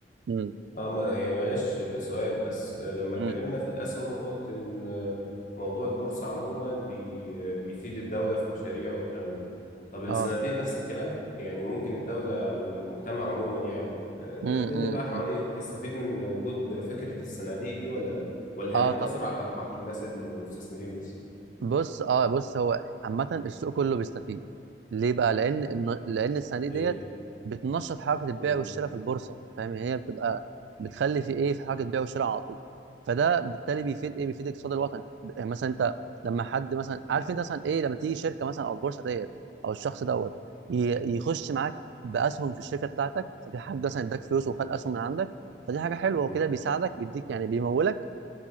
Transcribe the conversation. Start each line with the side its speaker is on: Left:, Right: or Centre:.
Right: امم
Left: اه ما- يعني معلش سؤال بس لما
Right: امم
Left: اتكلمنا في الأسهم قلت إن موضوع البورصة عموما بي بيفيد الدولة في مشاريع والكلام ده طب الصناديق
Right: اه
Left: نفس الكلام يعني ممكن الدولة أو المجتمع عموما يعني آه،
Right: امم
Left: الدنيا
Right: امم
Left: بقى حواليه تستفيد من وجود فكرة الصناديق دي ولا لأ ولا
Right: اه
Left: هي مقتصرة
Right: طبعا
Left: على أرباح للناس المستثمرين بس
Right: بص اه بص هو عامة السوق كله بيستفيد ليه بقى؟ لأن الن- لأن الصناديق
Left: ليه؟
Right: ديت بتنشط حركة البيع
Left: مم.
Right: والشراء في البورصة فاهم يعني هي بتبقى بتخلي في إيه في حركة بيع وشراء على طول فده بالتالي بيفيد إيه؟ بيفيد الاقتصاد الوطني يعني مثلا أنت لما حد مثلا عارف أنت مثلا إيه لما تيجي شركة مثلا أو البورصة ديت أو الشخص دوت ي- يخش معاك بأسهم في الشركة بتاعتك ففي حد مثلا اداك فلوس وخد أسهم من عندك فدي حاجة حلوة
Left: مم.
Right: وكده بيساعدك بيديك يعني بيمولك